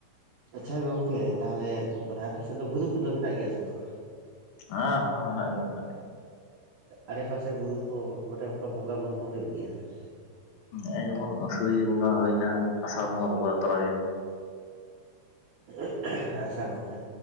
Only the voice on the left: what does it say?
ᱦᱟᱸ ᱦᱟᱸ ᱢᱮᱱᱟᱜ ᱜᱮᱭᱟ ᱢᱮᱱᱟᱜ ᱜᱮᱭᱟ᱾
ᱦᱮᱸ ᱡᱮᱢᱚᱱ ᱟᱹᱥᱩᱨᱤᱭᱟᱹ ᱵᱚᱸᱜᱟ ᱦᱩᱭᱱᱟ ᱟᱥᱟᱲ ᱵᱚᱸᱜᱟ ᱵᱚᱞᱚ ᱛᱚᱨᱟᱭᱮᱱ᱾